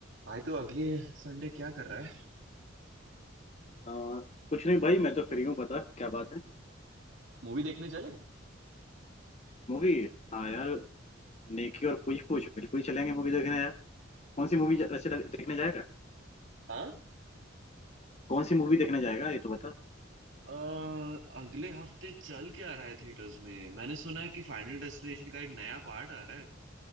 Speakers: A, on the right; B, on the left.
A: भाई तो अगले संडे क्या कर रहा है
B: आ, कुछ नहीं भाई मैं तो फ्री हूँ बता क्या बात है
A: मूवी देखने चले
B: मूवी हाँ यार नेकी और पूछ पूछ बिल्कुल चलेंगे मूवी देखने यार कौन सी मूवी वैसे लग- देखने जाएगा
A: हाँ
B: कौन सी मूवी देखने जाएगा ये तो बता
A: अ, अगले हफ्ते चल के आ रहा है थिएटर्स में मैंने सुना है कि फाइनल डेस्टिनेशन का एक नया पार्ट आ रहा है